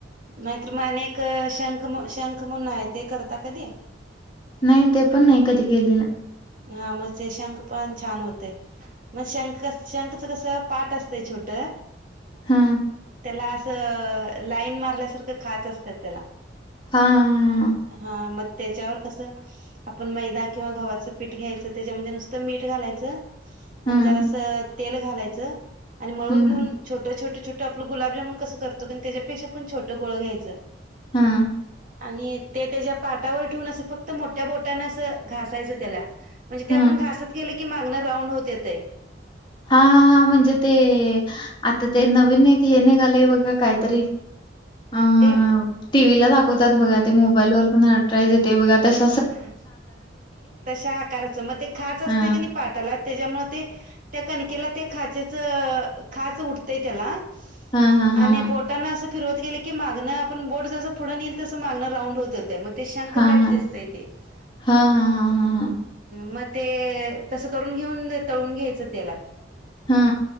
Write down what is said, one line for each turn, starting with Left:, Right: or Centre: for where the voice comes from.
Right: नाहीतर मग आणि एक शंख शंख म्हण आहे ते करता कधी?
Left: नाही ते पण नाही कधी केले नाही.
Right: हा म्हणजे शंख पण छान होते. मग शंख शंखच कस पाठ असतं छोट त्याला
Left: हा
Right: अस. लाईन मारल्यासारखं खाच असतात त्याला.
Left: हा हा हा हा.
Right: हा, मग त्याच्यावर कसं आपण मैदा किंवा गावच पीठ घ्यायचं, त्याच्यामध्ये नुसतं मीठ घालायचं
Left: हम्म
Right: आणि जरा असं तेल घालायचं. आणि मळून
Left: हम्म
Right: घेऊन छोटं छोटं छोटं आपलं गुलाबजामन कसं करतो का, त्याच्यापेक्षा पण छोटं गोळ घ्यायचं.
Left: हम्म
Right: आणि ते त्याच्या पाटावर ठेवून असं फक्त मोठ्या बोटाने असं घासायचं त्याला. म्हणजे ते
Left: हा
Right: आपण घासत गेलं की मागनं राऊंड होत होते ते.
Left: हा, हा, म्हणजे ते आता ते नवीन निघे निघालय बघा, काहीतरी. ह.
Right: ते
Left: टीव्हीला दाखवतात बघा, ते मोबाईलवर पण ॲडव्हर्टाईस येते बघा, तशी
Right: अं, तशा आकाराचं मग ते खाच असते
Left: हा
Right: की नाही पाटाला. त्याच्यामुळे ते त्या कणिकेला ते खाचेच खाच उठते त्याला.
Left: हा हा हा
Right: आणि बोटांना असं फिरवत गेलं की की मागणं आपण बोट जस पुढं नेलं तसं मागं राऊंड होतं ते, मग ते शंख
Left: हा
Right: टाईप
Left: हा
Right: दिसतं. हह,
Left: हा हा हा हा
Right: म ते. तसं करून घेऊन तळून घ्यायचं तेलात.
Left: हा.